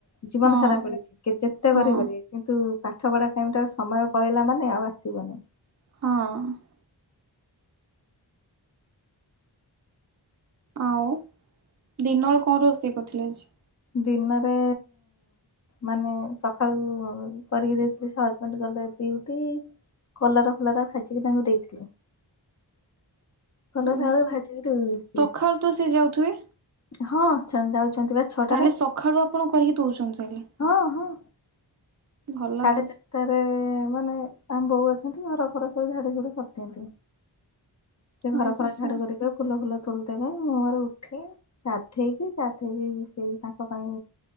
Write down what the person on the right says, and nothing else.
ହଁ
ହଁ
ହଁ। ଆଉ ଦିନରୁ କଣ ରୋଷେଇ କରିଥିଲେ ଆଜି।
ଆଜି?
ସକାଳୁ ତ ସେ ଯାଉଥିବେ?
ତାହେଲେ ସଖାଳୁ ଆପଣ କରିକି ଦଉଚନ୍ତି ତାହେଲେ।
ଭଲ
ଆଉ।
ଆଚ୍ଛା